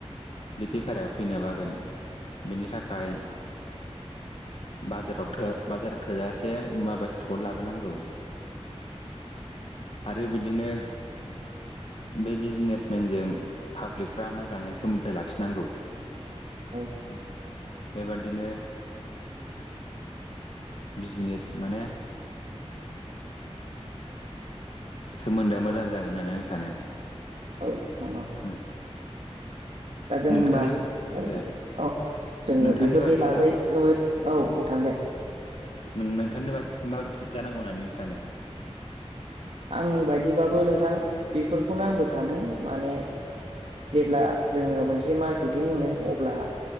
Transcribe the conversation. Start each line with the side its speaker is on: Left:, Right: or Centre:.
Left: बे बेफारिया‌ फैनो बागोन बेनि थाखाय बाजाराव थो बाजाराव थोजासे मुवा बेसादखौ लाबोनांगौ उम।
Right: <inaudible>
Left: आरो बिदिनो बे बिजनेसमेनजों पाब्लिकफ्रा मोजाङै सोमोन्दो लाखिनांगौ। <inaudible>
Right: औ।
Left: उम बेबादिनो बिजिनेस माने सोमोन्दोआ मोजां जागोन होननानै आं सानो।
Right: औ थां औ।
Left: उम
Right: दा जों
Left: नोंथांनि
Right: होमबा ओं
Left: ओ
Right: औ जोङो
Left: नोंथांनि
Right: बेफोरनि
Left: बादिब्ला
Right: बागै जोबोद औ
Left: अ
Right: नोंथां दे।
Left: नों नोंथांनि बादि माबादि जानांगौ होननानै नों सानो?
Right: आंनि बायदिबाबो नोंथां बेफोरखौनो आंबो सानो माने जेब्ला जोङो मोनसे मार्केटिं होनो अब्ला